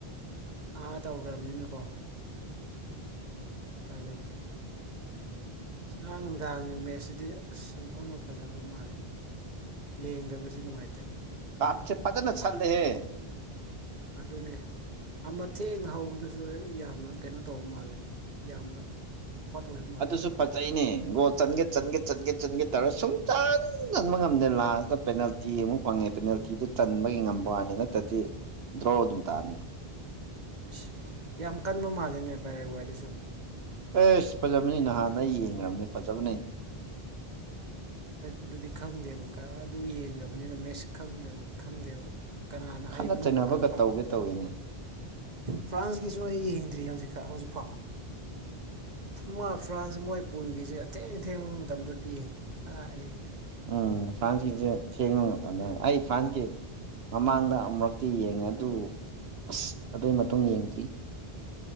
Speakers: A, on the right (about 45°); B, on the right (about 75°).
A: ꯑꯥ ꯇꯧꯈ꯭ꯔꯕꯅꯤꯅꯀꯣ ꯄꯥꯏ ꯂꯩꯇ ꯑꯉꯥꯡ ꯅꯨꯡꯗꯥꯡꯒꯤ ꯃꯦꯠꯁꯤꯗꯤ ꯑꯁ ꯆꯨꯝꯊꯣꯛꯅ ꯐꯖꯈꯕ ꯃꯥꯜꯂꯦ ꯌꯦꯦꯡꯗꯕꯕꯁꯤ ꯅꯨꯡꯉꯥꯏꯇꯦ
B: ꯀꯥꯞꯆꯦ ꯄꯖꯅ ꯆꯜꯂꯦꯦ
A: ꯑꯗꯨꯅꯦ ꯑꯃ ꯊꯦꯡꯅ ꯍꯧꯕꯗꯨꯁꯨ ꯌꯥꯝꯅ ꯀꯩꯅꯣ ꯇꯧꯕ ꯃꯥꯜꯂꯦ ꯌꯥꯝꯅ ꯍꯣꯠ ꯑꯣꯏꯕ ꯃꯥꯜꯂꯦ
B: ꯑꯗꯨꯁꯨ ꯐꯖꯩꯅꯦ ꯣ ꯆꯒꯦ ꯆꯒꯦ ꯆꯟꯒꯦ ꯆꯟꯒꯦ ꯇꯧꯔ ꯁꯨꯡꯆ ꯆꯟꯕ ꯉꯝꯗꯦ ꯂꯥꯁꯇ ꯄꯦꯅꯥꯜꯇꯤ ꯑꯃꯨꯛ ꯐꯪꯉꯦ ꯄꯦꯅꯦꯜꯇꯤꯗꯨ ꯆꯟꯕꯒꯤ ꯉꯝꯕ ꯋꯥꯅꯤ ꯅꯠꯇ꯭ꯔꯗꯤ ꯗ꯭ꯔꯣ ꯑꯗꯨꯝ ꯇꯥꯅꯤ꯫
A: ꯑꯁ ꯌꯥꯝ ꯀꯟꯕ ꯃꯥꯜꯂꯤꯅꯦ ꯄꯔꯦ ꯋꯥꯔꯤꯏꯗꯨꯁꯨ꯫
B: ꯑꯦꯁ ꯐꯖꯕꯅꯤ ꯅꯍꯥꯟꯗ ꯌꯦꯡꯈ꯭ꯔꯕꯅꯤ ꯐꯖꯕꯅꯤ꯫
A: ꯑꯗꯨꯗꯤ ꯈꯪꯗꯦꯕ ꯀꯔ ꯑꯗꯨ ꯌꯦꯡꯗꯕꯅꯤꯅ ꯃꯦꯁ ꯈꯪꯗꯦꯕ꯫ ꯀꯅꯥꯅ
B: ꯈꯠꯅ
A: ꯍꯩꯕꯅꯣ
B: ꯆꯩꯅꯕꯒ
A: ꯀꯅꯥꯅ
B: ꯇꯧꯒꯦ ꯇꯧꯋꯤꯅꯦ
A: ꯐ꯭ꯔꯥꯟꯁꯀꯤꯁꯨ ꯑꯩ ꯌꯦꯡꯗ꯭ꯔꯤ ꯍꯧꯖꯤꯛ꯫ ꯈꯔ ꯍꯧꯖꯤꯛ ꯐꯥꯎ꯫ ꯐꯃꯥ ꯐꯨꯔꯥꯟꯁꯦ ꯃꯣꯏ ꯄꯨꯒꯤꯁꯦ ꯑꯊꯦꯡ ꯑꯊꯦꯡꯕ ꯃꯇꯝꯗ ꯄꯤꯌꯦ ꯀꯗꯥꯏꯗꯤ꯫
B: ꯎꯝ ꯐ꯭ꯔꯥꯟꯁ ꯀꯦꯡꯁꯦ ꯊꯦꯡꯕꯥ ꯑꯩ ꯐ꯭ꯔꯥꯟꯁꯦ꯫ ꯃꯃꯥꯡꯗ ꯑꯃꯨꯨꯔꯛꯇꯤ ꯌꯦꯡꯉꯦ ꯑꯗꯨ ꯑꯁ ꯑꯗꯨꯒꯤ ꯃꯇꯨꯡ ꯌꯦꯡꯗꯔ꯭ꯤ꯫